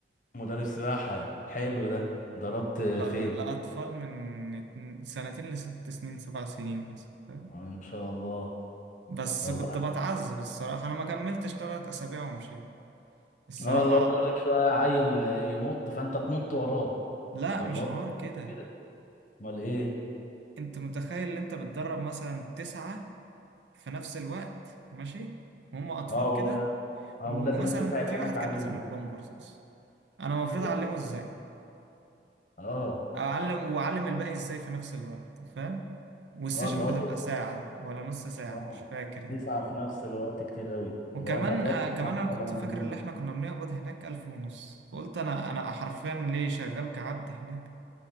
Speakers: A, on the left; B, on the right.
A: مدرب سباحة حلو ده ضربت
B: لا
A: فين
B: لأطفال من اتن- سنتين لست سنين سبع سنين مثلا فاهم
A: آه، ما شاء الله
B: بس
A: والله
B: كنت بتعذب الصراحة أنا ما كملتش تلات أسابيع ومشيت الصراحة
A: اه اللي هو كل شوية عيل ينط فانت تنط وراه
B: لا
A: فاللي
B: مش
A: هو
B: حوار كده
A: كده امال ايه
B: أنت متخيل إن أنت بتدرب مثلا تسعة في نفس الوقت ماشي وهم اطفال
A: اه ولا
B: كده
A: اه
B: ومثلا
A: لازم التسعة يبقى
B: في
A: عينك
B: واحد
A: عليهم
B: كان نازل بالبامبرز اصلا انا المفروض
A: ايه
B: اعلمه ازاي
A: اه
B: اعلم واعلم الباقي ازاي في نفس الوقت فاهم والسيشن
A: اه اللي هو
B: بتبقى
A: ت...
B: ساعة ولا نص ساعة
A: اه
B: مش فاكر يعني
A: تسعة في نفس الوقت كتير قوي
B: وكمان
A: لو انت هتركز
B: آه كمان
A: مع مين
B: أنا
A: ولا
B: كنت
A: مع
B: فاكر
A: مين
B: إن إحنا كنا بنقبض هناك ألف ونص قلت أنا أنا حرفيا ليه شغال كعبد هناك